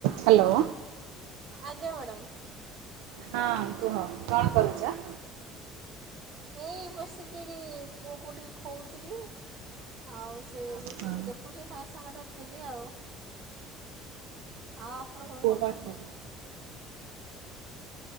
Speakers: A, on the right; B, on the right.
A: Hello.
B: ଆଜ୍ଞା madam.
A: ହଁ କୁହ କଣ କରୁଛ?
B: ଏଇ ବସିକିରି ପୁଅ କୁ ଟିକେ ଖୋଉଥିଲି ଆଉ ସେ
A: ଓହୋ।
B: ଟିଭି ଦେଖୁଛି ତା ସାଙ୍ଗରେ ଥିଲି ଆଉ। ଆଉ ଆପଣ କଣ
A: ପୁଅ
B: କରୁଛନ୍ତି?
A: ପାଖରେ